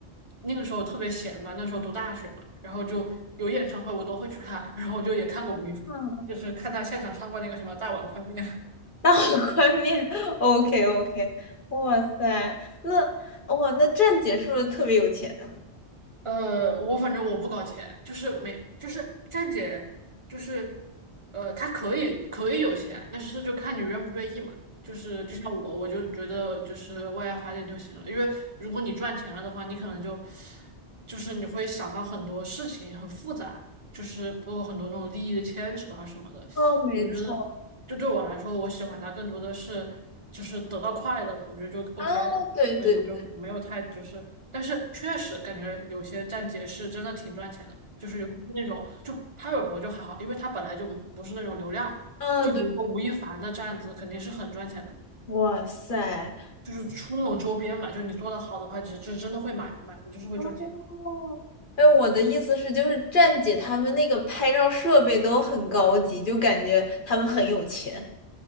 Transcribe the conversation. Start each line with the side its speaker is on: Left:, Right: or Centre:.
Right: 那个时候特别闲嘛，那时候读大学嘛，然后就有演唱会我都会去看，然后我就也看过吴亦凡，
Left: 嗯，
Right: 就是看他现场唱过那个什么《大碗宽面》
Left: 大碗宽面，OK OK，哇塞，那哇那站姐是不是特别有钱？
Right: 呃，我反正我不搞钱，就是没，就是站姐，就是，呃，她可以可以有钱，但是就看你愿不愿意嘛。就是就像我，我就觉得就是为爱发电就行了，因为如果你赚钱了的话，你可能就就是你会想到很多事情很复杂，就是包括很多那种利益的牵扯啊什么的。
Left: 哦，没错
Right: 我觉得就对我来说，我喜欢它更多的是就是得到快乐吧，我觉得就 OK
Left: 啊，
Right: 了。
Left: 对对对，
Right: 所以我就没有太就是，但是确实感觉有些站姐是真的挺赚钱的，就是尤其是那种就潘玮柏就还好，因为他本来就不是那种流量嘛，
Left: 啊对，
Right: 就比如说吴亦凡的站子肯定是很赚钱的，
Left: 哇塞，
Right: 就是出那种周边嘛，就你做的好的话，就就真的会买嘛，买了就是会赚钱。
Left: 哦，哎，我的意思是，就是站姐他们那个拍照设备都很高级，就感觉他们很有钱。